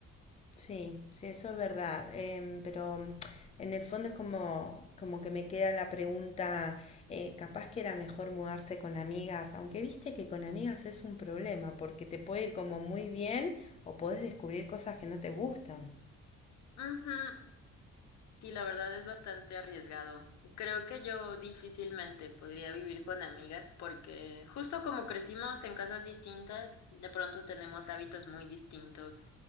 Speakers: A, on the left; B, on the left.
A: Sí, sí, eso es verdad. Em, pero mm, en el fondo es como, como que me queda la pregunta, eh, capaz que era mejor mudarse con amigas, aunque viste que con amigas es un problema, porque te puede
B: Sí.
A: ir como muy bien o podés descubrir cosas que no te gustan.
B: Ujú, Sí, la verdad es bastante arriesgado. Creo que yo difícilmente podría vivir con amigas porque justo como crecimos en casas distintas, de pronto tenemos hábitos muy distintos